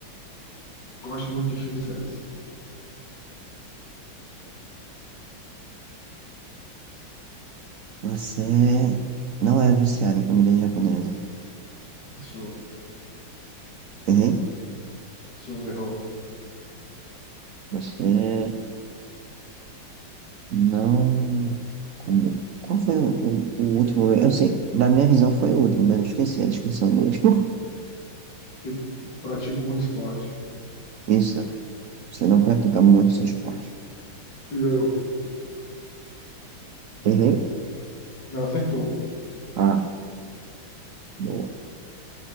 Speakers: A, on the left; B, on the right.
A: Gosto muito de filmes e séries.
B: Você não é viciado em comida japonesa.
A: Sou,
B: Errei?
A: sou errou.
B: Você Não. Como... Qual foi o, o, o último? Eu sei, da minha visão foi o último, mas eu esqueci a descrição do último.
A: Que pratico muito esporte.
B: <laughs> Isso, você não pratica muitos esportes.
A: Não,
B: Errei?
A: não acertou.
B: Ah, boa.